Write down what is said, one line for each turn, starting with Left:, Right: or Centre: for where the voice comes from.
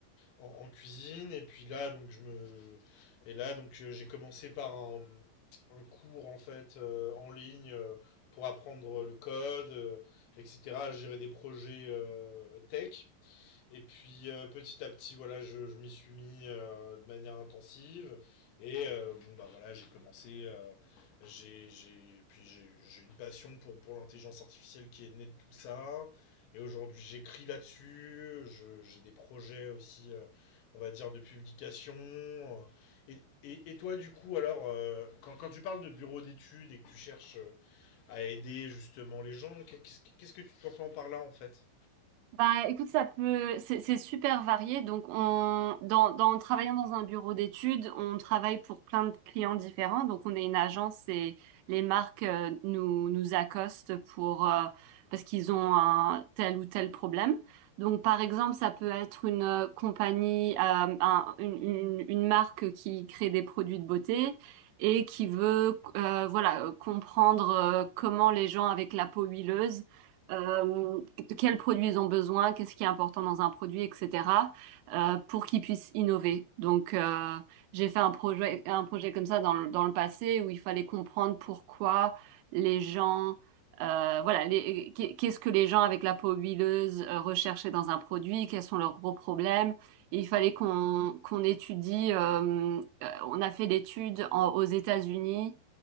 Left: en, en cuisine. Et puis là, donc je me, et là donc euh, j'ai commencé par un, un cours en fait euh, en ligne euh, pour apprendre le code, euh, etc. à gérer des projets euh, tech. Et puis euh, petit à petit, voilà, je, je m'y suis mis euh, de manière intensive. Et euh, bon, bah voilà, j'ai commencé. euh, j'ai, j'ai, puis j'ai, j'ai une passion pour, pour l'intelligence artificielle qui est née de tout ça. Et aujourd'hui, j'écris là-dessus. Je, j'ai des projets aussi, euh, on va dire, de publication. Et, et, et toi, du coup, alors, euh, quand, quand tu parles de bureau d'études et que tu cherches euh, à aider justement les gens, qu'est- qu'est-ce, qu'est-ce que tu t'entends par là en fait?
Right: Bah, écoute, ça peut, c'est c'est super varié. Donc, on, dans, dans, en travaillant dans un bureau d'études, on travaille pour plein de clients différents. Donc, on est une agence et les marques euh, nous, nous accostent pour, euh, parce qu'ils ont un tel ou tel problème. Donc, par exemple, ça peut être une euh, compagnie, euh, un- une, une, une marque qui crée des produits de beauté et qui veut, euh, voilà, comprendre euh, comment les gens avec la peau huileuse euh, de quels produits ils ont besoin, qu'est-ce qui est important dans un produit, etc., euh, pour qu'ils puissent innover. Donc, euh, j'ai fait un projet, un projet comme ça dans le, dans le passé où il fallait comprendre pourquoi les gens, euh, voilà, les- qu'est- qu'est-ce que les gens avec la peau huileuse euh, recherchaient dans un produit, quels sont leurs gros problèmes. Et il fallait qu'on qu'on étudie, euh, euh, on a fait l'étude en- aux États-Unis,